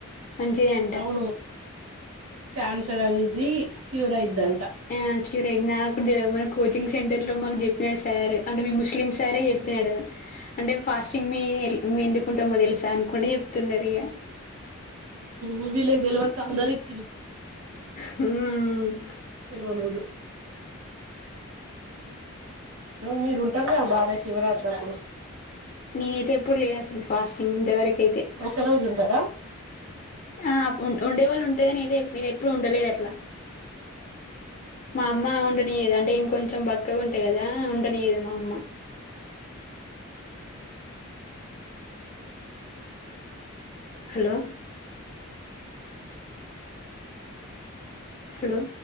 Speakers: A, on the left (about 35°); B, on the right (about 75°).
A: మంచిదే అంట
B: అవును క్యాన్సర్ అదిది క్యూర్ అయిదంట
A: ఆ క్యూర్ అయి నా ఇ మన కోచింగ్ సెంటర్లో మాకు చెప్పినాడు సార్ అంటే మీ ముస్లిం సారే చెప్పినాడు అంటే ఫాస్టింగ్ మీ మ ఎందుకుంటామో తెలుసా అనుకుంటే చెప్తున్నారు ఇక
B: ఉ వీళ్లకుడెక్వక అందరూ ఇకి
A: హుమ్మ్
B: తెలవనోళ్ళు మీరుంటారుక బానే శివరాత్రి అప్పుడు
A: నేనైతే ఎప్పుడు లేన్ అసలు ఫాస్టింగ్ ఇంతవరకు అయితే
B: ఒక్క రోజు ఉంటారా
A: ఆ ఉండేవాళ్ళు ఉంటారు గాని నేన్ ఎప్పుడు ఉండలేద్ అట్లా మా అమ్మ ఉండనీయదు అంటే ఇంకొంచెం బక్కగా ఉంటా కదా ఉండనీయదు మా అమ్మ <inaudible> హలో హలో